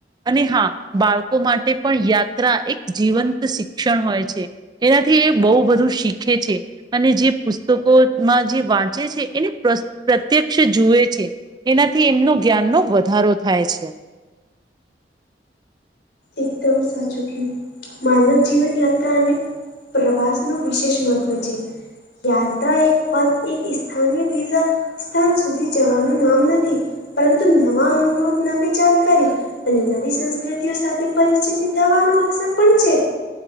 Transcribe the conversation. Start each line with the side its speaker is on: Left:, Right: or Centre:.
Right: અને હા બાળકો માટે પણ યાત્રા એક જીવંત શિક્ષણ હોય છે એનાથી એ બહુ બધું શીખે છે અને જે પુસ્તકો માં જે વાંચે છે એને પ્રત્યક્ષ જુએ છે એનાથી એમનું જ્ઞાનનો વધારો થાય છે
Left: એકદમ સાચું કું માનવ જીવનયાત્રા અને પ્રવાસ ન વિશેષ મહત્વ છે યાત્રા એક પદ એક સ્થાનય વીઝા સ્થાન સુધી જવાનું નામ નથી પરંતુ નવા અનુરોધ નવી જાણકારી અને નવી સંસ્કૃતિઓ સાથે પરિચિત થવાનો અક્ષર પણ છે.